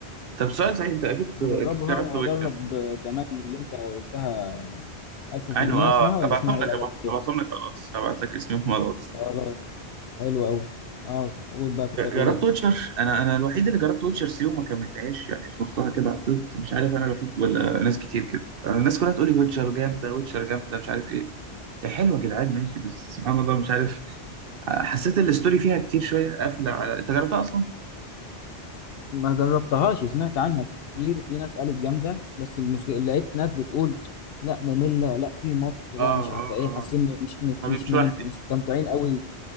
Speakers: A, on the right (about 60°); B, on the left (about 65°).
A: طب سؤال سعيد انت اكيد
B: هدربها
A: اكيد جربت
B: وهدرب
A: ويتشر
B: كمان اللي انت قلتها 1800
A: ايوه اه
B: اسمها ولا
A: ابعتهم
B: اسمها ايه
A: لك
B: الاولانيه
A: أبعت- ابعتهم لك على الواتس هبعت لك اسمهم على الواتس
B: خلاص حلو قوي اه قول بقى كنت
A: ج-
B: هتقول
A: جربت
B: ايه
A: ويتشر انا انا الوحيد اللي جربت ويتشر 3 وما كملتهاش يعني في نصها كده عطلت مش عارف انا الوحيد ولا ناس كتير كده انا الناس كلها تقول لي ويتشر جامده ويتشر جامده مش عارف ايه هي حلوه يا جدعان ماشي بس سبحان الله مش عارف حسيت الستوري فيها كتير شويه قافله على انت جربتها اصلا
B: ما جربتهاش سمعت عنها كتير في ناس قالت جامده بس المشكله لقيت ناس بتقول لا ممله لا في مط لا
A: اه
B: مش عارفه
A: اه
B: ايه
A: اه
B: حاسين م- مش مش
A: طب
B: مش
A: مش
B: ممن-
A: وحدي
B: مستمتعين قوي